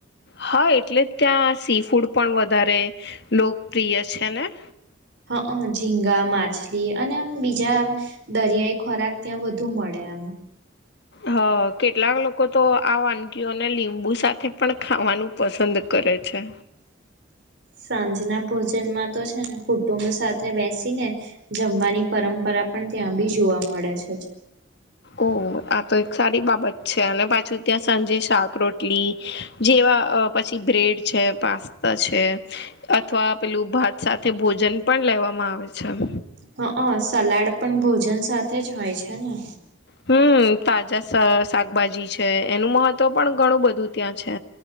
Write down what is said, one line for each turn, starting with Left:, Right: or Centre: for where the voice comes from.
Left: હા, એટલે ત્યાં સી ફૂડ પણ વધારે લોકપ્રિય છે ને
Right: અ ઝીંગા, માછલી અને આમ બીજા આમ દરિયાઈ ખોરાક ત્યાં વધુ મળે આમ
Left: હ, કેટલાક લોકો તો આ વાનગીઓને લીંબુ સાથે પણ ખાવાનું પસંદ કરે છે
Right: સાંજના ભોજનમાં તો છેને કુટુંબ સાથે બેસીને જમવાની પરંપરા પણ ત્યાં બી જોવા મળે છે <unintelligible>
Left: ઓ આ તો એક સારી બાબત છે અને પાછું ત્યાં સાંજે શાક રોટલી જેવા પછી બ્રેડ છે પાસ્તા છે અથવા પેલું ભાત સાથે ભોજન પણ લેવામાં આવે છે આમ
Right: હ અ સલાડ પણ ભોજન સાથે જ હોય છે ને
Left: હમ તાજા શાકભાજી છે એનું મહત્વ પણ ઘણું બધું ત્યાં છે